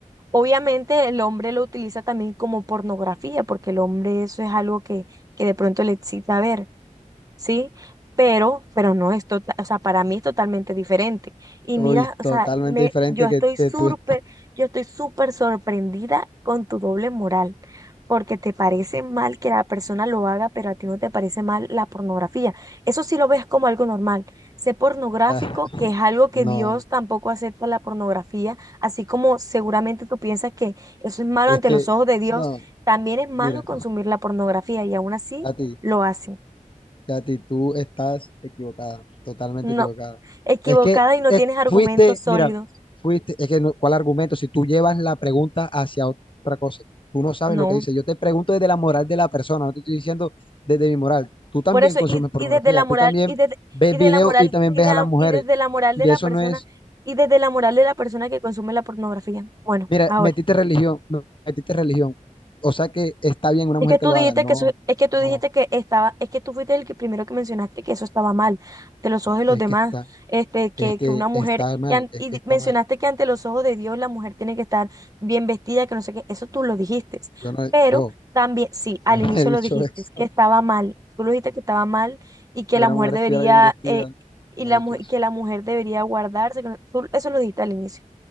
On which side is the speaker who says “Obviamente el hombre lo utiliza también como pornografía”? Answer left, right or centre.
Right